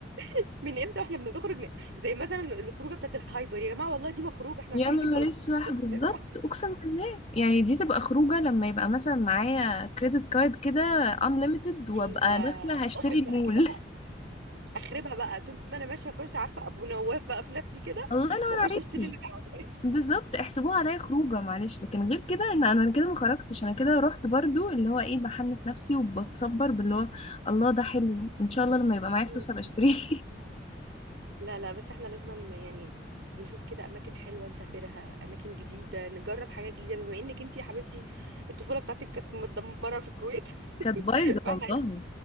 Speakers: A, on the right; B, on the left.
A: <laughs> من امتى واحنا بنخرج ن- زي مثلا الخروجه بتاعت الهايبر يا جماعه والله دي ما خروجه احنا
B: يا
A: رايحين
B: نهار
A: نجيب طلبات
B: اسود
A: ونرجع
B: بالظبط اقسم بالله يعني دي تبقى خروجه لما يبقى مثلا معايا كريدت كارد كده unlimited وابقى
A: ايوه
B: داخله
A: <laughs>
B: هشتري
A: اوبن
B: المول
A: بقى كده بقى اخربها بقى طول ما انا ماشيه اخش عارفه ابو نواف بقى في نفسي
B: <laughs>
A: كده
B: الله ينور
A: واخش
B: عليكي
A: اشتري اللي انا
B: بالظبط احسبوها عليا خروجه معلش لكن غير كده ان انا كده ما خرجتش انا كده رحت برضو اللي هو ايه بحمس نفسي وبتصبر باللي هو الله ده حلو ان شاء الله لما يبقى معايا
A: عاوزاه
B: فلوس هبقى اشتريه <laughs>
A: لا لا بس احنا لازم يعني نشوف كده اماكن حلوه نسافرها اماكن جديده نجرب حاجات جديده بما انك انت يا حبيبتي الطفوله بتاعتك كانت متدمره في الكويت <laughs>
B: كانت بايظه
A: فاحنا
B: والله
A: عايزين